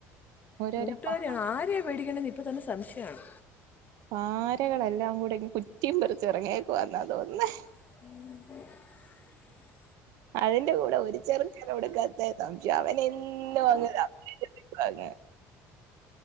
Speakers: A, on the right; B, on the left.
A: ഓരോരോ
B: കൂട്ടുകാരിയെണ്
A: പാ
B: ആരെയ പേടിക്കണ്ടെന്ന് ഇപ്പൊ തന്നെ സംശയമാണ്
A: പാരകളെല്ലാം കൂടെ കുറ്റിയും പെറിച്ച ഇറങ്ങിയക്കുവാന്ന തോന്നണേ
B: <inaudible>
A: അതിന്റെ കൂടെ ഒരു ചെറുക്കനെ കൊടുക്കാത്ത സംശയം അവനും എന്നും വന്ന് സംശയം ചോയിക്കുവന്നെ